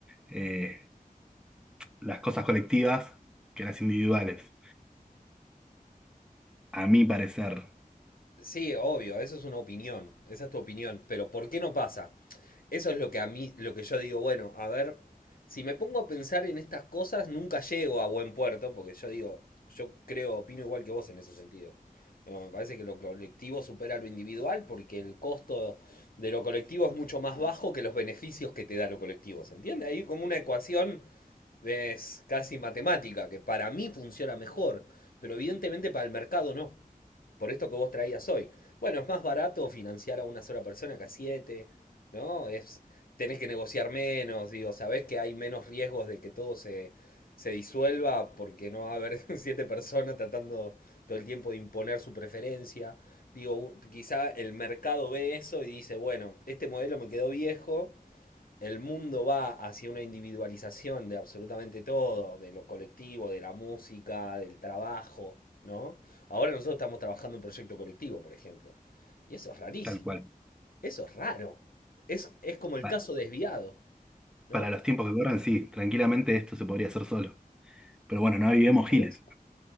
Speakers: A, in the centre; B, on the left.
A: eh, las cosas colectivas que las individuales, a mi parecer,
B: Sí, obvio, eso es una opinión, esa es tu opinión, pero ¿por qué no pasa? Eso es lo que a mí, lo que yo digo, bueno, a ver, si me pongo a pensar en estas cosas, nunca llego a buen puerto, porque yo digo, yo creo, opino igual que vos en ese sentido. No, me parece que lo colectivo supera lo individual porque el costo de lo colectivo es mucho más bajo que los beneficios que te da lo colectivo, ¿se entiende? Ahí como una ecuación es casi matemática, que para mí funciona mejor, pero evidentemente para el mercado no por esto que vos traías hoy. Bueno, es más barato financiar a una sola persona que a siete, ¿no? Es, tenés que negociar menos, digo, sabés que hay menos riesgos de que todo se, se disuelva porque no va a haber <laughs> siete personas tratando todo el tiempo de imponer su preferencia. Digo, un- quizá el mercado ve eso y dice, bueno, este modelo me quedó viejo, el mundo va hacia una individualización de absolutamente todo, de lo colectivo, de la música, del trabajo, ¿no? Ahora nosotros estamos trabajando un proyecto colectivo, por ejemplo. Y eso es rarísimo,
A: tal cual.
B: eso es raro. Es, es como el
A: Pa-
B: caso desviado, ¿no?
A: Para los tiempos que corren, sí, tranquilamente esto se podría hacer solo. Pero bueno, no vivimos
B: Por
A: giles.
B: eso.